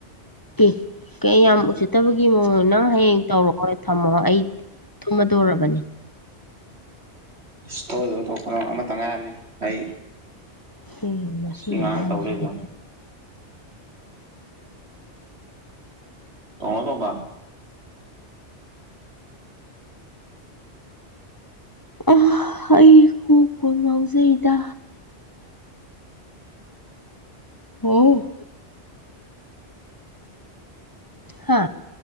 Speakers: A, on the left; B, on the right.
A: ꯑꯦ ꯀꯩ ꯌꯥꯝ ꯎꯁꯤꯠꯇꯕꯒꯤ ꯃꯑꯣꯡ ꯅꯪ ꯍꯌꯦꯡ ꯇꯧꯔꯛꯑꯣ ꯊꯝꯃꯣ ꯑꯩ꯫ ꯇꯨꯝꯃꯗꯧꯔꯕꯅꯤ꯫
B: ꯊꯣꯛꯑꯣꯏꯗꯕ ꯇꯧꯔꯛꯀꯅꯣ ꯑꯩ ꯑꯃꯇ ꯉꯥꯏꯔꯅꯤ ꯑꯩ
A: ꯎꯝ ꯃꯁꯤꯒꯤ
B: ꯁꯤ ꯉꯥꯡ
A: ꯑꯉꯥꯡ
B: ꯇꯧ
A: ꯁꯤꯗꯤ
B: ꯂꯩꯕ ꯇꯧꯅꯣ ꯇꯣꯝꯕ꯫
A: ꯑꯥ ꯑꯩ ꯀꯣꯛꯄꯨ ꯉꯥꯎꯖꯩꯗ꯫ ꯍꯣ꯫ ꯍꯥ꯫